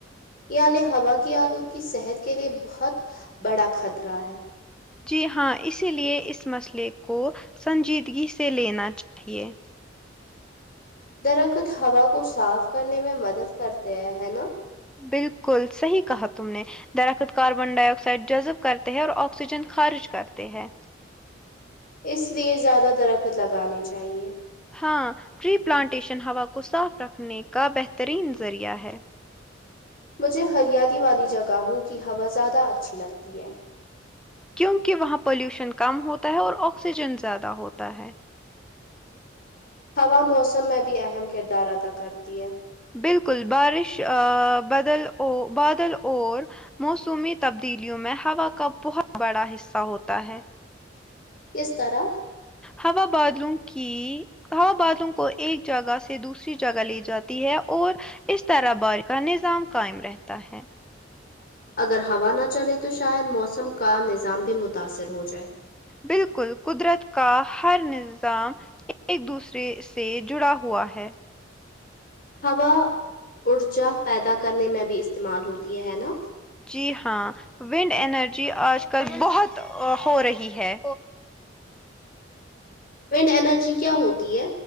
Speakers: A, on the left (about 50°); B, in the centre.
A: یعنی ہوا کی آلودگی صحت کے لیے بہت بڑا خطرہ ہے
B: جی ہاں اسی لیے اس مسئلے کو سنجیدگی سے لینا چاہیے
A: درخت ہوا کو صاف کرنے میں مدد کرتے ہیں ہے نا
B: بالکل صحیح کہا تم نے درخت کاربن ڈائی آکسائڈ جذب کرتے ہیں اور آکسیجن خارج کرتے ہے
A: اس لیے زیادہ درخت لگانے چاہیے
B: ہاں ٹری پلانٹیشن ہوا کو صاف رکھنے کا بہترین ذریعہ ہے
A: مجھے ہریالی والی جگہوں کی ہوا زیادہ اچھی لگتی ہے
B: کیونکہ وہاں پولیوشن کم ہوتا ہے اور آکسیجن زیادہ ہوتا ہے
A: ہوا موسم میں بھی اہم کردار ادا کرتی ہے
B: بالکل بارش آ بدل او بادل اور موسمی تبدیلیوں میں ہوا کا بہت بڑا حصہ ہوتا ہے
A: کس طرح
B: ہوا بادلوں کی ہوا بادلوں کو ایک جگہ سے دوسری جگہ لیے جاتی ہے اور اس طرح بار کا نظام قائم رہتا ہے
A: اگر ہوا نہ چلے تو شاید موسم کا نظام بھی متاثر ہو جائے
B: بالکل قدرت کا ہر نظام ایک دوسرے سے جڑا ہوا ہے
A: ہوا ارجا پیدا کرنے میں بھی استعمال ہوتی ہے ہے نا
B: جی ہاں ونڈ انرجی آج کل بہت ہو رہی ہے
A: وینڈ انرجی کیا ہوتی ہے